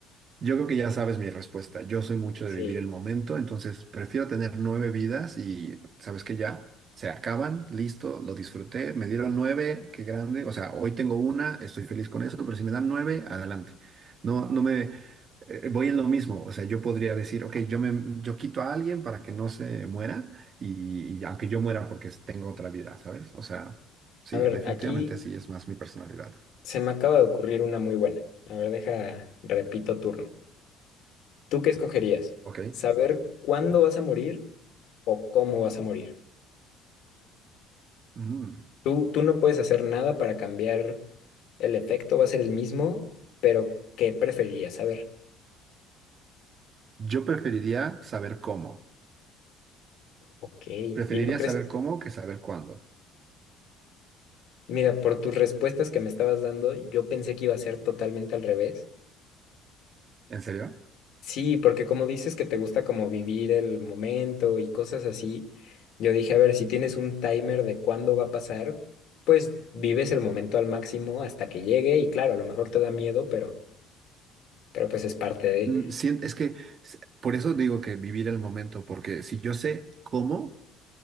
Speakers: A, on the right (about 40°); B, on the left (about 65°).
A: Yo creo que ya sabes mi respuesta. Yo soy mucho
B: Sí.
A: de vivir el momento, entonces prefiero tener nueve vidas y sabes que ya se acaban, listo, lo disfruté, me dieron nueve, qué grande. O sea, hoy tengo una, estoy feliz con eso, pero si me dan nueve, adelante. No, no me eh, voy en lo mismo. O sea, yo podría decir, ok, yo me yo quito a alguien para que no se muera y, y aunque yo muera porque tengo otra vida, ¿sabes? O sea, sí,
B: A ver,
A: definitivamente
B: aquí
A: así es más mi personalidad.
B: se me acaba de ocurrir una muy buena. A ver, deja, repito turno. ¿Tú qué escogerías?
A: Ok.
B: ¿Saber cuándo vas a morir o cómo vas a morir?
A: Mm.
B: Tú, tú no puedes hacer nada para cambiar el efecto, va a ser el mismo, pero ¿qué preferirías saber?
A: Yo preferiría saber cómo.
B: Ok, ¿y
A: Preferiría
B: no crees?
A: saber cómo que saber cuándo.
B: Mira, por tus respuestas que me estabas dando, yo pensé que iba a ser totalmente al revés.
A: ¿En serio?
B: Sí, porque como dices que te gusta como vivir el momento y cosas así, yo dije, a ver, si tienes un timer de cuándo va a pasar, pues vives el momento al máximo hasta que llegue y claro, a lo mejor te da miedo, pero... pero pues es parte de
A: Mm, sien- es que s- por eso digo que vivir el momento, porque si yo sé cómo,